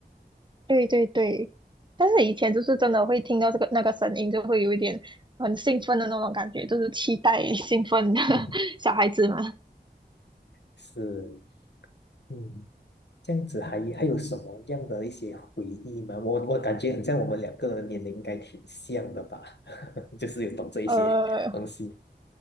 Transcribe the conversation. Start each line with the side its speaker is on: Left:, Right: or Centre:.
Right: 对对对，但是以前就是真的会听到这个那个声音，就会有一点很兴奋的那种感觉，就是期待 <laughs> 兴奋的 <laughs>
Left: <laughs>
Right: 小孩子嘛。
Left: 是，嗯。这样子还还有什么样的一些回忆吗？我我感觉很像我们两个人的年龄应该挺像的吧，<laughs> 就是有懂这一些东西。
Right: 呃，